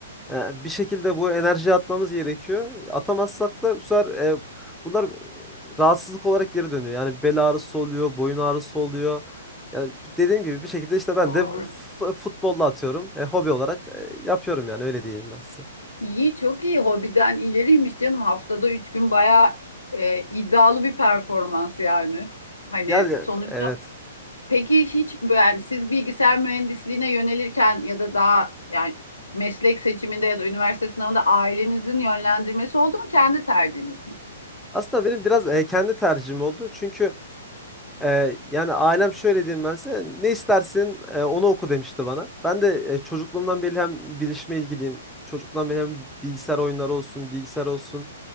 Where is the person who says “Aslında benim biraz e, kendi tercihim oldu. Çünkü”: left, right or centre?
Centre